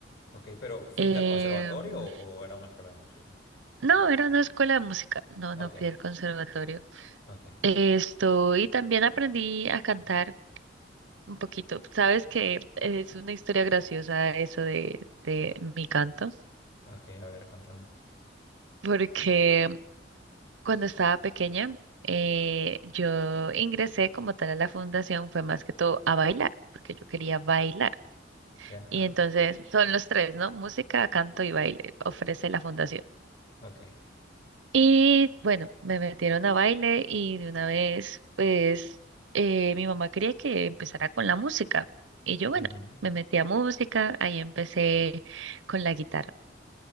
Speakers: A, on the left (about 60°); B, on the right (about 80°).
A: Ok, pero ¿fuiste
B: em,
A: al conservatorio o, o era una escuela de música?
B: No, era una escuela de música, no,
A: Ok,
B: no fui al conservatorio.
A: ok,
B: Esto, y también aprendí a cantar un poquito. Sabes que es una historia graciosa eso de, de mi canto,
A: ok, a ver, contame.
B: porque cuando estaba pequeña, eh, yo ingresé como tal a la fundación, fue más que todo a bailar, porque yo quería bailar.
A: Ya,
B: Y entonces son los tres, ¿no? Música, canto y baile, ofrece la fundación.
A: ok.
B: Y bueno, me metieron a baile y de una vez, pues, eh, mi mamá quería que empezara con la música. Y yo, bueno,
A: ujú.
B: me metí a música, ahí empecé con la guitarra.